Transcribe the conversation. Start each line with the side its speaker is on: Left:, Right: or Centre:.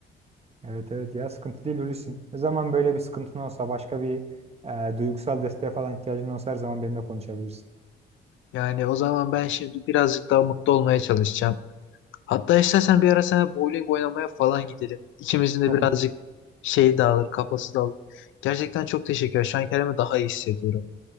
Right: evet, evet ya sıkıntı değil Hulusi. Ne zaman böyle bir sıkıntın olsa başka bir e, duygusal desteğe falan ihtiyacın olsa her zaman benimle konuşabilirsin.
Left: Yani o zaman ben şimdi birazcık daha mutlu olmaya çalışacağım. Hatta istersen bir ara sana bowling oynamaya falan gidelim. İkimizin de
Right: Olur.
Left: birazcık şey dağılır, kafası dağılır. Gerçekten çok teşekkür ederim. Şu an kendimi daha iyi hissediyorum.